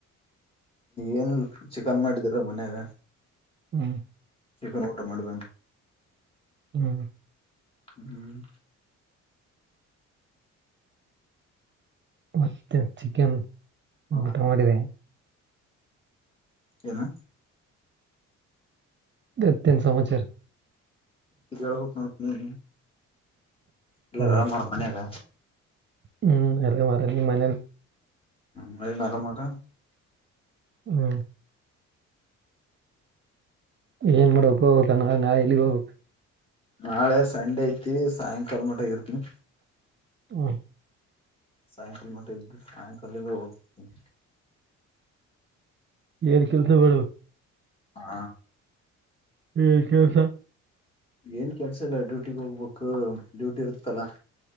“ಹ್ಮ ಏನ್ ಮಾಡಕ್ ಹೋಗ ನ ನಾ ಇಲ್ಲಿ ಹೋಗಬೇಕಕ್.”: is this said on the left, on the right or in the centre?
Right